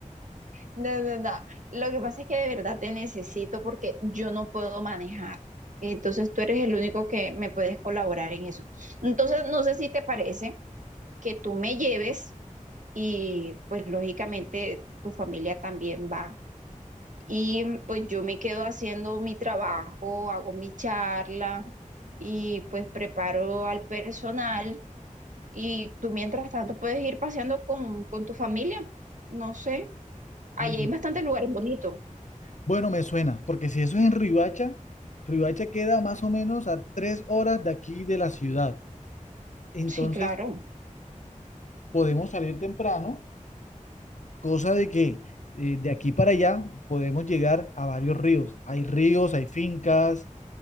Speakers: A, on the right; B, on the left.
A: no, no, no. Lo que pasa es que de verdad te necesito porque yo no puedo manejar. Entonces tú eres el único que me puedes colaborar en eso. Entonces, no sé si te parece que tú me lleves. y pues lógicamente tu familia también va. Y mm, pues yo me quedo haciendo mi trabajo, hago mi charla y pues preparo al personal y tú mientras tanto puedes ir paseando con, con tu familia, no sé. Allí
B: Mm.
A: hay bastantes lugares bonitos.
B: Bueno, me suena, porque si eso es en Ribacha, Ribacha queda más o menos a tres horas de aquí de la ciudad. Entonces,
A: Sí, claro.
B: podemos salir temprano cosa de que eh, de aquí para allá podemos llegar a varios ríos. Hay ríos, hay fincas,